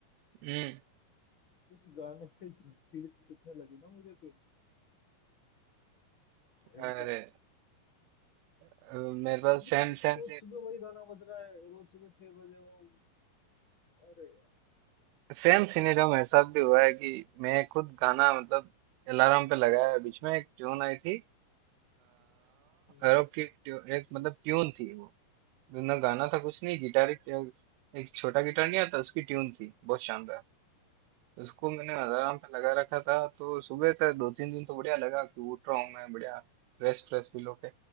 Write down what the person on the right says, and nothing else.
हम्म
अरे अ, मेरे पास
सेम
सेम
सेम सिनेरियो मेरे साथ भी हुआ है कि मैं खुद गाना मतलब अलार्म पे लगाया है। बीच में एक ट्यून आई थी
अरब की ट्यू- एक मतलब ट्यून थी वो ना गाना था कुछ नहीं गिटार एक, एक छोटा गिटार नहीं आता उसकी ट्यून थी बहुत शानदार उसको मैंने अलार्म पे लगा रखा था तो सुबह तक दो तीन दिन तो बढ़िया लगा कि उठ रहा हूँ मैं बढ़िया फ्रेश फ्रेश फील होके